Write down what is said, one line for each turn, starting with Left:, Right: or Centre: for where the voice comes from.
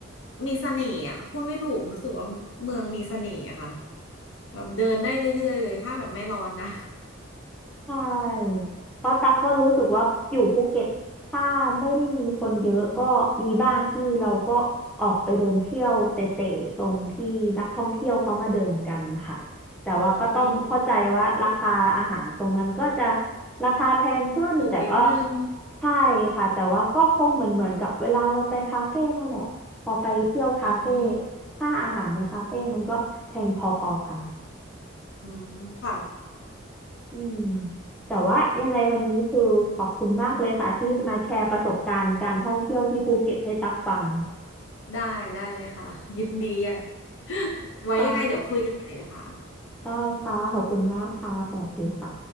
Left: มีเสน่ห์อ่ะพูดไม่ถูกรู้สึกว่าเมืองมีเสน่ห์อะค่ะแบบเดินได้เรื่อยๆเลยถ้าแบบไม่ร้อนนะ
Centre: ใช่เพราะตักก็รู้สึกว่าอยู่ภูเก็ตถ้าไม่ได้มีคนเยอะก็มีบ้างที่เราก็ออกไปเดินเที่ยวเตะๆตรงที่นักท่องเที่ยวเขามาเดินกันค่ะแต่ว่าก็ต้องเข้าใจว่าราคาอาหารตรงนั้นก็จะ
Left: <laughs> อืม
Centre: ราคาแพงขึ้นแต่ก็
Left: สูงนิดนึง
Centre: ใช่ค่ะแต่ว่าก็คงเหมือนเหมือนกับเวลาเราไปคาเฟ่นั่นแหละพอไปเที่ยวคาเฟ่
Left: อืม
Centre: ค่าอาหารในคาเฟ่มันก็แพงพอๆกัน
Left: อืมค่ะ
Centre: อืมแต่ว่ายังไงวันนี้คือขอบคุณมากเลยค่ะที่มาแชร์ประสบการณ์การท่องเที่ยวที่ภูเก็ตให้ตักฟัง
Left: ได้ได้เลยค่ะ <laughs> ยินดีอ่ะ <laughs> ไว้ยังไงเดี๋ยวคุยกันใหม่นะคะ
Centre: ค่ะได้ค่ะขอบคุณมากค่ะสวัสดีค่ะ